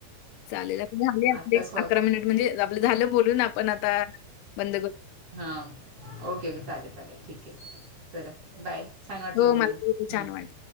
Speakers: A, on the left; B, on the right.
A: चालेल. आता झाले आपले
B: आताच स्वस
A: मिनिट म्हणजे आपलं झालं बोलून आपण आता बंद करू,
B: हा ओके ओके चालेल चालेल ठीक आहे चला बाय छान वाटलं
A: हो, मला
B: बोलून
A: पण खूप
B: हम.
A: छान वाटलं.